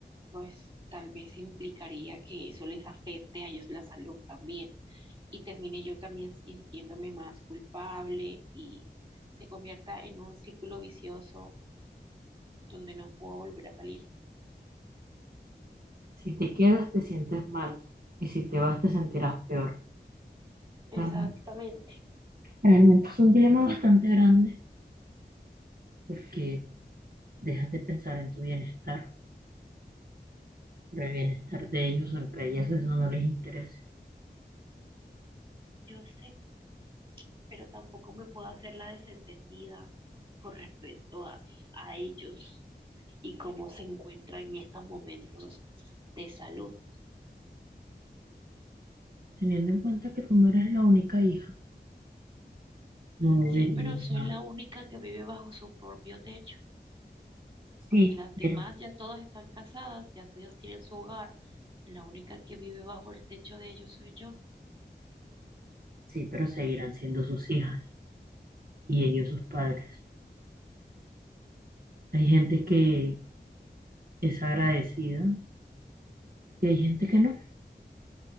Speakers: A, on the right; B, on the right.
A: pues tal vez implicaría que eso les afecte a ellos la salud también y termine yo también sintiéndome más culpable y se convierta en un círculo vicioso donde no puedo volver a salir.
B: Si te quedas, te sientes mal. Y si te vas, te sentirás peor.
A: Exactamente,
B: Realmente, realmente es un dilema bastante grande porque dejas de pensar en tu bienestar, pero el bienestar de ellos, aunque a ellas eso no les interese.
A: yo sé pero tampoco me puedo hacer la desentendida con respecto a, a ellos y cómo se encuentran en estos momentos de salud.
B: Teniendo en cuenta que tú no eres la única hija, no debería.
A: Sí, pero soy la única que vive bajo su propio techo,
B: Sí,
A: porque las demás
B: pero
A: ya todas están casadas, ya todas tienen su hogar, y la única que vive bajo el techo de ellos soy yo,
B: Sí, pero seguirán siendo sus hijas y ellos sus padres. Hay gente que es agradecida y hay gente que no.